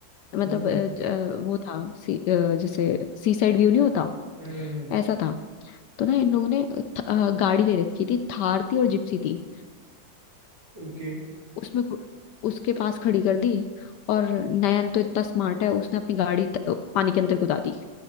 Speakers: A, on the left (about 70°); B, on the right (about 65°).
A: मतलब
B: हम्म
A: अ, ज- अ, वो था सी, अ, जैसे सी साइड व्यू नहीं होता
B: हम्म
A: ऐसा था तो ना इन लोगों ने थ- अ, गाड़ी ले रखी थी थार थी और जिप्सी थी
B: ओके
A: उसमें खु- उसके पास खड़ी कर दी और नयन तो इतना स्मार्ट है उसने अपनी गाड़ी त- पानी के अंदर कुदा दी